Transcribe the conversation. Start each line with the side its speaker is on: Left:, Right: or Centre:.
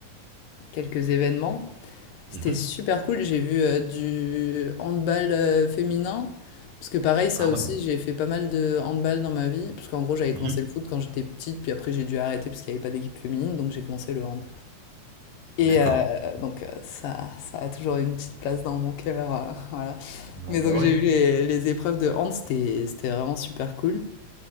Left: quelques événements. C'était
Right: Mhm.
Left: super cool. J'ai vu euh, du handball euh, féminin. Parce que pareil, ça
Right: Ah
Left: aussi,
Right: ouais.
Left: j'ai fait pas mal de handball dans ma vie. Parce qu'en gros, j'avais
Right: Mhm.
Left: commencé le foot quand j'étais petite, puis après, j'ai dû arrêter parce qu'il n'y avait pas d'équipe féminine, donc j'ai commencé le hand. Et
Right: D'accord.
Left: euh, donc, euh, ça, ça a toujours une petite place dans mon cœur. euh, <laughs> voilà.
Right: Non,
Left: Mais
Right: bah
Left: donc, j'ai
Right: ouais.
Left: vu les, les épreuves de hand, c'était c'était vraiment super cool.